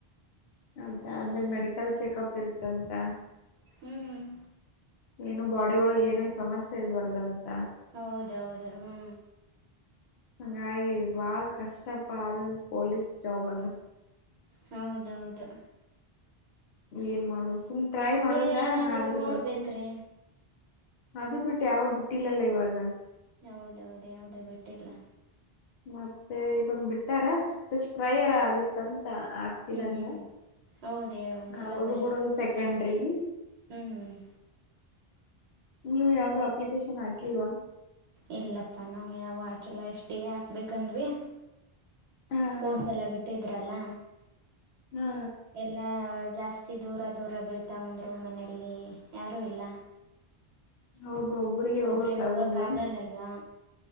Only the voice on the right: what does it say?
ಹ್ಮ್
ಹೌದೌದು ಹ್ಮ
ಹೌದೌದು
ಬೇರೆ ಏನಾದ್ರೂ
ನೋಡ್ಬೇಕ್ರೆ
ಹೌದೌದು ಯಾವುದು ಬಿಟ್ಟಿಲ್ಲ
ಹ್ಮ್ ಹೌದ ಹೇಳು ಒಂದ್ಸಲ
ಬರಿ
ಹ್ಮ್ ಹ್ಮ್.
ಇಲ್ಲಪ್ಪಾ ನಾವ್ ಯಾವ ಆಾಕೆಲ್ಲ ಎಷ್ಟ ಡ ಹಾಕ್ಬೇಕಂದ್ವಿ.
ಹೋದ್ಸಲ
ಎಲ್ಲ ಬಿಟ್ಟಿದ್ರಲ್ಲ
ಎಲ್ಲಾ. ಜಾಸ್ತಿ ದೂರ ದೂರ ಬೀಳ್ತಾವಾವಂದ್ರು ಮನೆಯಲ್ಲಿ ಯಾರೂ ಇಲ್ಲ.
ಒಬ್ರೆ ಹೋಗಕ್
ಆಗಲ್ಲಲ್ವಾ.